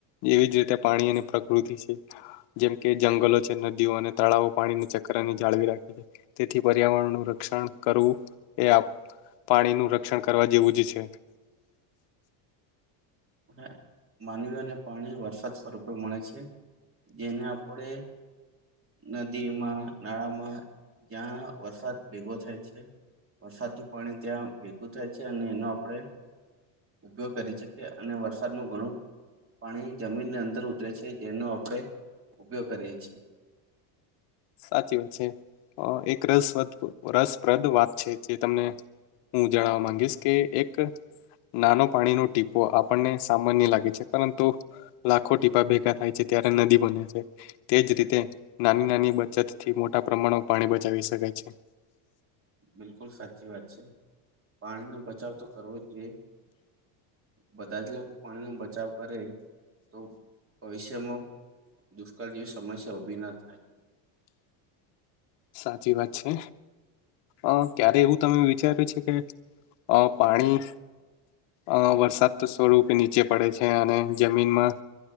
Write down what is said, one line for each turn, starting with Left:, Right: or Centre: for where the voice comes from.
Left: એવી જ રીતે પાણી અને પ્રકૃતિ છે જેમ કે જંગલો છે નદીઓ અને તળાવો પાણીને ચક્રની જાળવી રાખે છે. તેથી પર્યાવરણનું રક્ષણ કરવું એ આપ પાણીનું રક્ષણ કરવા જેવું જ છે.
Right: ને માનવી અને પાણી વરસાદ સ્વરૂપે મળે છે. જેને આપડે નદીમાં નાળામાં જ્યાં વરસાદ ભેગો થાય છે. વરસાદનું પાણી ત્યાં ભેગું થાય છે અને એનો આપણે ઉપયોગ કરી શકીએ અને વરસાદ નું ઘણું પાણી જમીનની અંદર ઉતરે છે જેનો આપણેે ઉપયોગ કરીએ છીએ.
Left: સાચી વાત છે એક રસપ્રદ રસપ્રદ વાત છે જે તમને હું જણાવવા માંગીશ કે એક નાનો પાણીનો ટીપો આપણને સામાન્ય લાગે છે, પરંતુ લાખો ટીપા ભેગા થાય છે, ત્યારે નદી બને છે તેજ રીતે નાની નાની બ ચત થી મોટા પ્રમાણમાં પાણી બચાવી શકાય છે.
Right: બિલકુલ સાચી વાત છે, પાણી નો બચાવ તો કરવો જ જોઈએ. બધા જ લોકો પાણી નો બચાવ કરે તો ભવિષ્યમાં દુષ્કાળ જેવી સમસ્યા ઉભી ના થાય.
Left: સાચી વાત છે. અ ક્યારે એવું તમે વિચાર્યું છે કે અ પાણી અ વરસાદ તો સ્વરૂપે નીચે પડે છે અને જમીનમાં